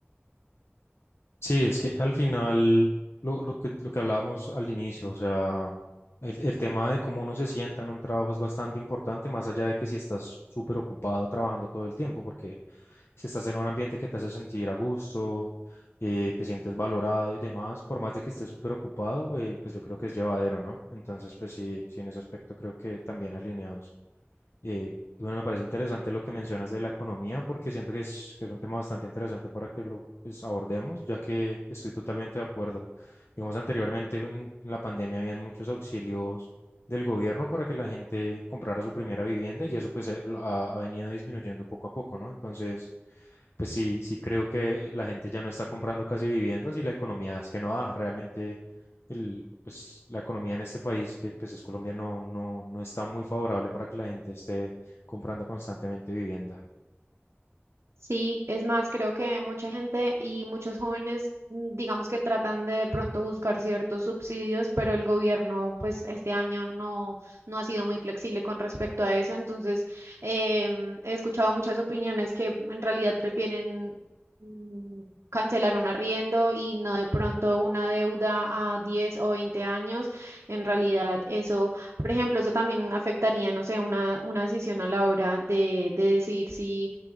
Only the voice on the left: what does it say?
Sí, es que al final, lo, lo que, lo que hablábamos al inicio, o sea, el, el tema de cómo uno se sienta en un trabajo es bastante importante, más allá de que si estás súper ocupado trabajando todo el tiempo, porque si estás en un ambiente que te hace sentir a gusto, eh, te sientes valorado y demás, por más de que estés súper ocupado, eh, pues yo creo que es llevadero, ¿no? Entonces, pues sí, sí, en ese aspecto creo que también alineados. Eh, y bueno, me parece interesante lo que mencionas de la economía, porque siento que es, que es un tema bastante interesante para que lo pues, abordemos, ya que estoy totalmente de acuerdo. Digamos, anteriormente en, en la pandemia habían muchos auxilios del gobierno para que la gente comprara su primera vivienda y eso pues eh, lo- ha, ha venido disminuyendo poco a poco, ¿no? Entonces, pues sí, sí creo que la gente ya no está comprando casi viviendas y la economía es que no da realmente el, pues, la economía en este país, que pues es Colombia, no, no, no está muy favorable para que la gente esté comprando constantemente vivienda.